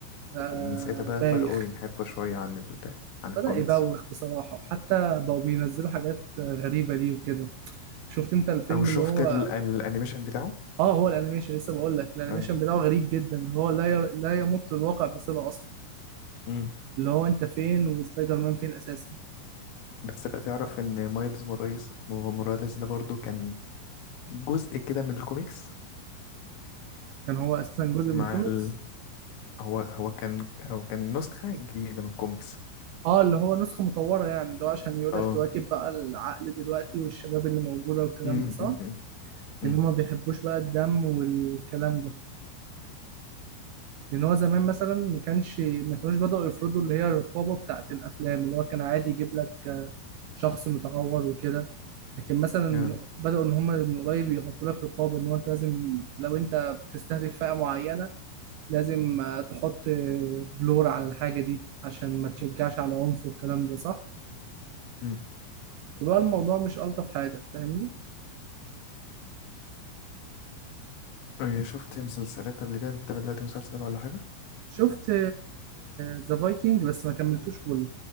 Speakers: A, on the right; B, on the left.
A: آه
B: ومن ساعتها بقى
A: بايخ
B: بداوا ينحرفوا شويه عن ال... عن الكوميكس
A: بدأ يبوخ بصراحة وحتى بقوا بينزلوا حاجات غريبة ليه وكده شفت انت الفيلم
B: او شفت
A: اللي هو
B: ال... الانيميشن بتاعه
A: اه هو الانيميشن لسه بقول لك الانيميشن
B: آه.
A: بتاعه غريب جدا اللي هو لا ير... لا يمت الواقع بصلة اصلا
B: امم
A: اللي هو انت فين وسبايدر مان فين اساسا
B: بس لا تعرف ان مايلز موريس موراليس ده برضو كان جزء كده من الكوميكس
A: كان هو اساسا جزء
B: مع
A: من الكوميكس
B: ال... هو هو كان هو كان نسخة جديدة من الكوميكس
A: اه اللي هو نسخة مطورة يعني اللي هو عشان يقول
B: اه
A: لك تواكب بقى العقل دلوقتي والشباب اللي موجودة والكلام
B: أمم،
A: ده صح؟
B: أمم، أمم،
A: لأن
B: أمم.
A: هما ما بيحبوش بقى الدم والكلام ده لأن هو زمان مثلا ما كانش ما كانوش بدأوا يفرضوا اللي هي الرقابة بتاعة الأفلام اللي هو كان عادي يجيب لك آه، شخص متعور وكده لكن مثلا من-
B: آه،
A: بدأوا إن هما من قريب يحطوا لك رقابة إن هو أنت لازم لو أنت بتستهدف فئة معينة لازم آه، تحط آه، بلور على الحاجة دي عشان ما تشجعش على عنف والكلام ده صح؟
B: أمم.
A: بقى الموضوع مش ألطف حاجة فاهمني
B: إيه، شفت مسلسلات قبل كده بتتابع دلوقتي مسلسل ولا حاجة
A: شفت ذا فايكنج بس ما كملتوش كله